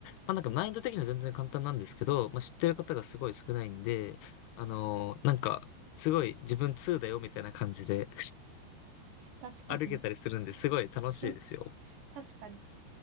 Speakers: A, on the left (about 75°); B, on the right (about 90°).
A: まあ、なんか難易度的には全然簡単なんですけど、まあ、知ってる方がすごい少ないんで、あのーなんか、すごい自分2だよみたいな感じで <laughs>
B: 確かに。
A: 歩けたりするんですごい楽しいですよ。
B: <laughs> 確かに。